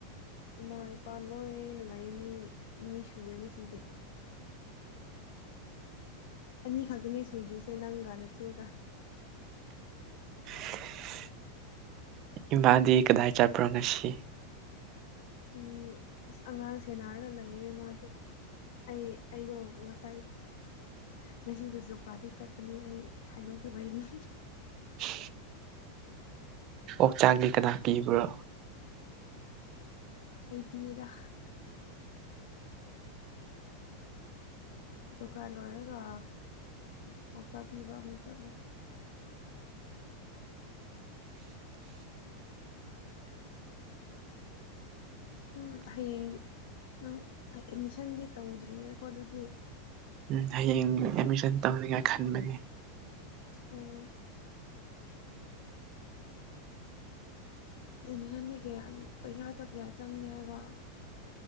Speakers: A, on the left; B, on the right.
A: ꯏꯃꯥ ꯏꯄꯥ ꯂꯣꯏꯅ ꯂꯩ ꯃꯤ ꯃꯤ ꯁꯨꯑꯦꯅ ꯁꯤꯁꯦ ꯑꯅꯤ ꯈꯛꯇꯅꯦ ꯁꯨꯗ꯭ꯔꯤꯁꯦ ꯅꯪꯒ ꯅꯆꯦꯒ
B: <unintelligible> ꯏꯕꯥꯗꯤ ꯀꯗꯥ ꯆꯄꯔꯣꯅꯁꯤ
A: ꯎꯝ ꯑꯁ ꯑꯉꯥꯡ ꯁꯦꯟꯅꯔꯒ ꯂꯩꯌꯦ ꯃꯥꯗꯤ ꯑꯩ ꯑꯩꯗꯣ ꯉꯁꯥꯏ ꯉꯁꯤꯗ ꯖꯨꯀꯥꯔꯗꯤ ꯆꯠꯄꯅꯦ ꯑꯩ ꯍꯥꯏꯗꯣꯛꯇꯕꯩꯅꯤ
B: ꯎ ꯑꯣꯛꯆꯥꯛꯗꯤ ꯀꯅꯥ ꯀꯤꯕ꯭ꯔꯣ
A: ꯑꯩꯕꯤꯗ ꯑꯨ ꯈꯔ ꯂꯣꯏꯔꯒ ꯉꯥꯎꯆꯥꯛ ꯄꯤꯕ ꯑꯃꯨꯛ ꯆꯠꯂꯦ ꯎ ꯍꯌꯦꯡꯗꯤ ꯅꯪ ꯑꯦꯠꯃꯤꯁꯟꯗꯤ ꯇꯧꯗ꯭ꯔꯤꯌꯦꯀꯣ ꯑꯗꯨꯗꯤ
B: ꯎꯝ ꯍꯌꯦꯡ ꯑꯦꯗꯃꯤꯁꯟ ꯇꯧꯅꯤꯡꯉꯥꯏ ꯈꯟꯕꯅꯦ
A: ꯎꯝ ꯑꯦꯠꯃꯤꯁꯟꯗꯤ ꯀꯌꯥ ꯄꯩꯁꯥꯗ ꯀꯌꯥ ꯆꯪꯅꯤ ꯍꯥꯏꯕ